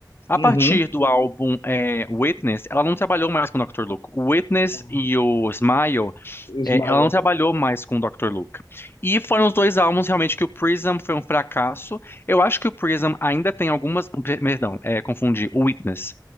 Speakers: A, on the left; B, on the left.
A: A
B: Uhum.
A: partir do álbum eh, Witness, ela não trabalhou mais com o Dr. Luke. O Witness
B: Ah,
A: e o Smile
B: Ismael
A: é, ela não trabalhou mais com o Dr. Luke. E foram os dois álbuns realmente que o Prism foi um fracasso. Eu acho que o Prism ainda tem algumas. Perdão, é, confundi. O Witness.